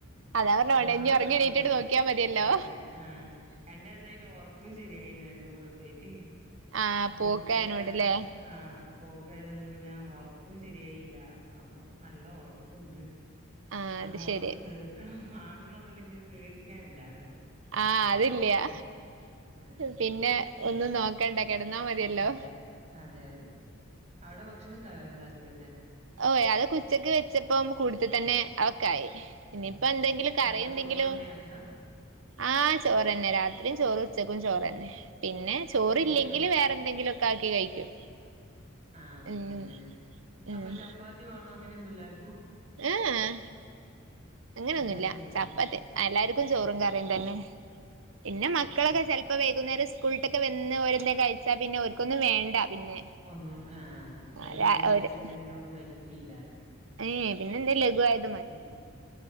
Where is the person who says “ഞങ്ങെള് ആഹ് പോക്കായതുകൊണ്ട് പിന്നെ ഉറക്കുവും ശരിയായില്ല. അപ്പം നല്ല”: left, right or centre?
Right